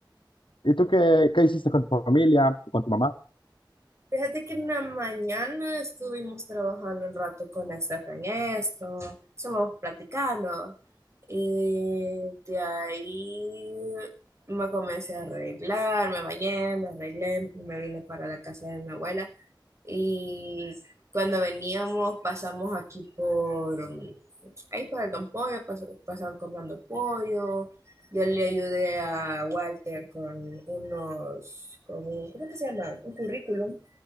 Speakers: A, on the left; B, on the right.
A: ¿y tú qué, qué hiciste con tu familia, con tu mamá?
B: Fíjate que en la mañana estuvimos trabajando un rato con Estefan en esto, estuvimos platicando y de ahí me comencé a arreglar, me bañé, me arreglé y me vine para la casa de mi abuela y cuando veníamos pasamos aquí por, mm, ahí por el Don Pollo, pas- pasaban comprando pollo, yo le ayudé a Walter con unos, con un, ¿cómo que se llama? Un currículum